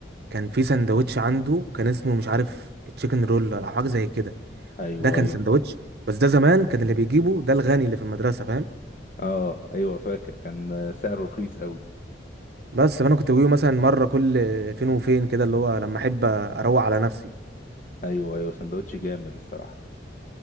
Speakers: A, on the right; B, on the left.
A: كان في سندوتش عنده كان اسمه مش عارف تشيكن رول او حاجه زي كده
B: ايوه
A: ده كان
B: ايوه
A: سندوتش بس ده زمان كان اللي بيجيبه ده الغني اللي في المدرسه فاهم
B: اه ايوه فاكر كان سعره رخيص قوي
A: بس فانا كنت بجيبه مثلا مره كل فين وفين كده اللي هو لما احب اروق على نفسي
B: ايوه ايوه سندوتش جامد الصراحه